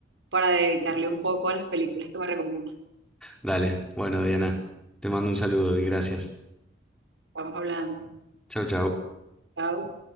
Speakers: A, on the right (about 80°); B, in the centre.
A: para dedicarle un poco a las películas que me recomiendas.
B: Dale, bueno, Diana, te mando un saludo y gracias.
A: Vamos hablando.
B: Chau, chau.
A: Chao.